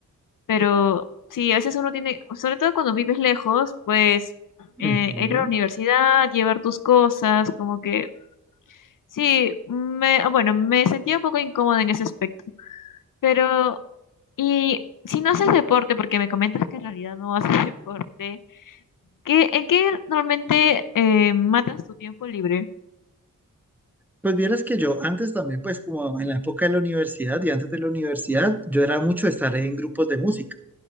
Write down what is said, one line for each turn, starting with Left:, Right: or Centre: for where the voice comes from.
Left: pero sí, a veces uno tiene, sobre todo cuando vives lejos, pues eh,
Centre: ujú.
Left: ir a la universidad, llevar tus cosas, como que sí, me, ah, bueno, me sentía un poco incómoda en ese aspecto. Pero, y si no haces deporte, porque me comentas que en realidad no haces <laughs> deporte, ¿qué, en qué normalmente eh, matas tu tiempo libre?
Centre: Pues vieras que yo antes también, pues como en la época de la universidad y antes de la universidad, yo era mucho de estar en grupos de música.